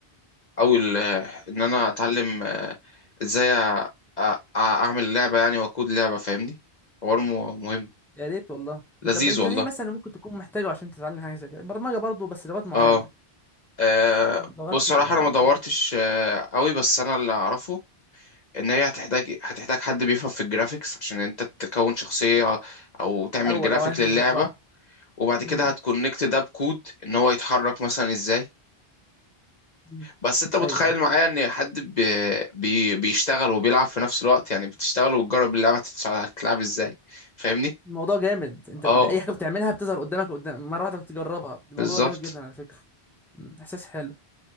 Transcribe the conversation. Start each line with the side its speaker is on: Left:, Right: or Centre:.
Left: او ال- ان انا اتعلم آه، ازاي أ- أ- اعمل لعبة يعني واكود لعبة فاهمني حوار م- مهم
Centre: يا ريت والله
Left: لذيذ
Centre: طب انت
Left: والله
Centre: ايه مثلا ممكن تكون محتاجه عشان تتعلم حاجه زي كده برمجه برضه بس لغات معينه
Left: اه آه،
Centre: مم. لغات
Left: بص صراحة
Centre: الالعاب
Left: انا ما
Centre: وكده
Left: دورتش آه، قوي بس انا اللي اعرفه ان هي هتحتاج هتحتاج حد بيفهم في الجرافيكس عشان انت تكون شخصية او تعمل
Centre: الاول
Left: جرافيك
Centre: او انت
Left: للعبة
Centre: بتطبقها
Left: وبعد كده
Centre: امم
Left: هتكونكت ده بكود ان هو يتحرك مثلا ازاي
Centre: أمم.
Left: بس انت متخيل
Centre: ايوه ايوه
Left: معايا ان حد بي بي بيشتغل وبيلعب في نفس الوقت يعني بتشتغل وبتجرب اللعبة تتع- تتلعب ازاي فاهمني
Centre: الموضوع جامد انت
Left: اه
Centre: ب- اي حاجه بتعملها بتظهر قدامك قدام مره واحده بتجربها الموضوع
Left: بالظبط
Centre: ده جامد جدا على فكره مم. احساس حلو